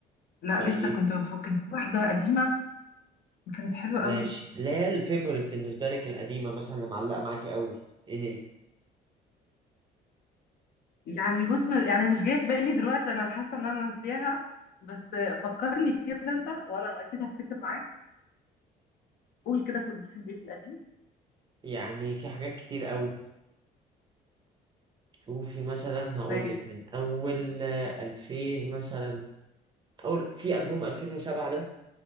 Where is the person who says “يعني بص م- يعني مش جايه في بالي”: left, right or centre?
Left